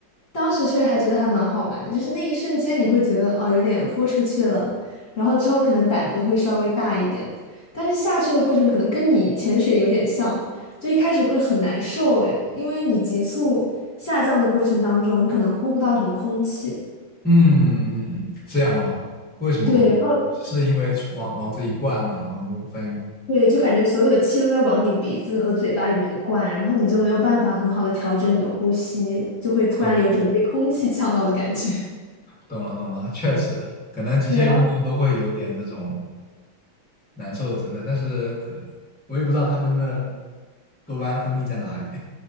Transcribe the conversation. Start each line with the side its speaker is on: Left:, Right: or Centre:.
Left: 当时确实还觉得还蛮好玩的，就是那一瞬间你会觉得哦有点豁出去了，然后之后可能胆子会稍微大一点，但是下去的过程可能跟你潜水有点像，就一开始会很难受诶，因为你急速下降的过程当中，你可能呼不到什么空气。
Centre: <laughs> 嗯，这样的吗？为什么会？
Left: 对，然后
Centre: 是因为出往往这一灌嘛，然后你就发现，
Left: 对，就感觉所有的气都在往你鼻子和嘴巴里面灌，然后你就没有办法很好的调整你的呼吸，就会突然有一种被空气呛到的感觉。
Centre: 啊，
Left: <laughs>
Centre: 懂了懂了，确实，可能极限运动都会有点这种。
Left: 对，然后
Centre: 难受的存在，但是可能我也不知道他们的多巴胺分泌在哪里。